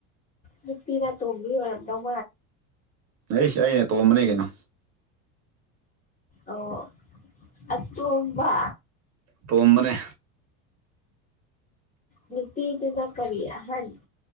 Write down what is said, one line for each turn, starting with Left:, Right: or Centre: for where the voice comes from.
Left: ꯅꯨꯄꯤꯅ ꯑꯇꯣꯡꯕꯤ ꯑꯣꯏꯔꯝꯗꯧ
Right: ꯑꯩ ꯑꯩꯅꯦ ꯇꯣꯝꯕꯅꯤ ꯀꯩꯅꯣ
Left: ꯑꯣ ꯑꯇꯣꯝꯕ
Right: ꯇꯣꯝꯕꯅꯦ
Left: ꯅꯨꯄꯤꯗꯨ ꯅ ꯀꯔꯤ ꯑꯍꯥꯜ